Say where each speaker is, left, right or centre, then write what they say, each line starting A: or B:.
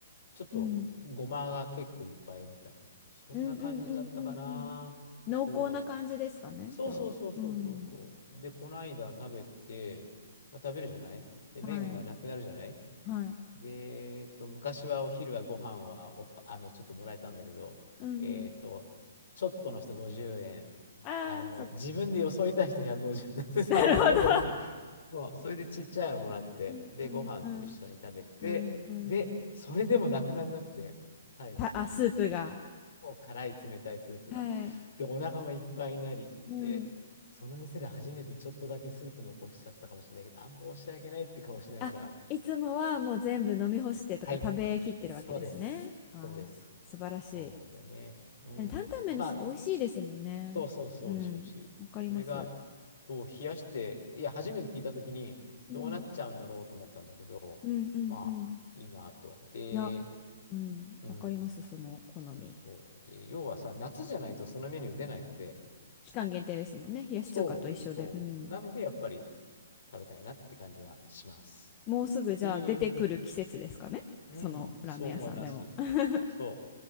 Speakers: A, on the left; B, on the left.
A: ちょっとごまが結構いっぱいみたいな。
B: うん。
A: そんな感じだったかな。
B: うんうんうんうんうん。濃厚な感じですかね。
A: そう。そうそうそうそうそうそう。
B: じゃあ。うん。
A: で、この間食べて、まあ、食べるじゃないで、
B: はい。
A: 麺がなくなるじゃない
B: はい。
A: で、えっと、昔はお昼はご飯はおか、あの、ちょっともらえたんだけど、
B: うんうん。
A: えっと、ちょっとの人50円。
B: ああ、
A: あの、
B: そっか。
A: 自分でよそいた人150円。<laughs> だってさ、
B: <laughs> なるほど。
A: <laughs> なるほどっすねそう、それでちっちゃいのもらって、
B: <laughs> うんうんうん
A: で、ご飯と一緒に食べて、
B: うんうん。
A: で、それでもなくならなくて、最後、
B: た、あ、スープが。
A: もう辛い冷たいスープが。
B: はい。
A: で、お腹もいっぱいになり、
B: うん。
A: で、その店で初めてちょっとだけスープ残しちゃったかもしれないけど、あ、申し訳ないって顔しながら、
B: あ、いつもはもう全部飲み干してとか食べきってるわけですね。
A: はい、そうです、
B: あー、
A: そうです、
B: 素晴らしい。
A: そうなんだよね。うん。
B: でも担々麺のスープ美味しいですもんね。
A: まあ、そうそうそう、
B: うん。
A: 美味しい美味しい。
B: わかります。
A: それが、を冷やして、いや、初めて聞いたときに、どうなっちゃうんだろうと思ったんだけど、
B: うん。うんうんうん。
A: まあ、いいなと。で、
B: いや、うん。
A: うん、
B: わかります、その好み。
A: そうそう。で、要はさ、夏じゃないとそのメニュー出ないので、
B: 期間限定ですもんね。冷やし中華と一緒で。
A: そうそう。
B: うん。
A: なので、やっぱり食べたいなって感じがします。
B: もうすぐじゃあ出てくる季節ですかね。
A: っていう、うん、
B: そのラーメン屋さんでも。
A: そう思います。
B: <laughs>
A: そ